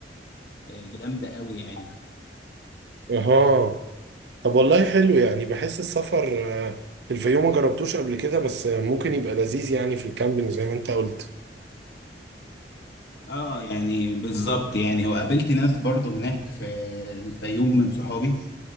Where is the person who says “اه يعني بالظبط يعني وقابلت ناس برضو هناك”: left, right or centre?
Left